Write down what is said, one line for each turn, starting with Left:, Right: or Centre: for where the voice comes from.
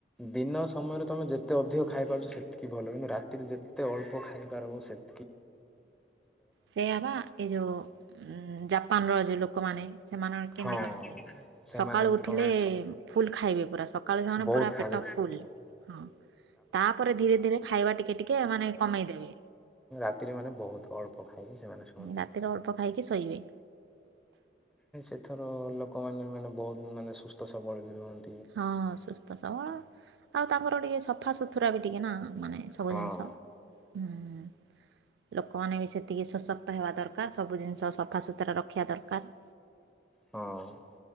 Centre: ଦିନ ସମୟରେ ତମେ ଯେତେ ଅଧିକ ଖାଇପାରୁଛ ସେତିକି କି ଭଲ କିନ୍ତୁ ରାତିରେ ଯେତେ ଅଳ୍ପ ଖାଇପାର ହେବ ସେତ୍
Right: ସେଇୟା ବା ଏ ଯୋଉ ଉଁ ଜାପାନର ଯଉ ଲୋକମାନେ ସେମାନେ କେମିତି
Centre: ହଁ
Right: କରନ୍ତି
Centre: ସେମାନେ
Right: ସକାଳୁ ଉେଲେ
Centre: କଣ
Right: ଫୁଲ ଖାଇବେ ପୁରା ସକାଳୁ ସେମାନେ
Centre: ବହୁତ
Right: ପୁରା
Centre: ଖାଆନ୍ତି
Right: ପେଟ ଫୁଲ୍ ହଁ ତାପରେ ଧୀରେ ଧୀରେ ଖାଇବା ଟିକେ ଟିକେ ମାନେ କମେଇ ଦେବେ।
Centre: ସେତିରେ ମାନେ ବହୁତ ଅଳ୍ ଖାଇକି ସେମାନେ ଶୁଅନ୍ତି।
Right: ରାତିରେ ଅଳ୍ପ ଖାଇକି ଶୋଇବେ
Centre: ଏଥର ଲୋକମାନେ ମାନେ ବହୁତ୍ ମାନେ ସୁସ୍ଥ ସବଳ ହିଁ ରୁହନ୍ତି।
Right: ହଁ ସୁସ୍ଥ ସବଳ ଆଉ ତାଙ୍କର ଟିକେ ସଫାସୁତୁରା ବି ଟିକେ ନା ମାନେ ସବୁ
Centre: ହଁ
Right: ଜିନିଷ। ହୁଁ ଉଁ ଲୋକ ଲୋକମାନେ ବି ସେତିକି ସଶକ୍ତ ହେବା ଦରକାର ସବୁ ଜିନିଷ ସଫା ସୁତରା ରଖିବା ଦରକାର।
Centre: ହଁ।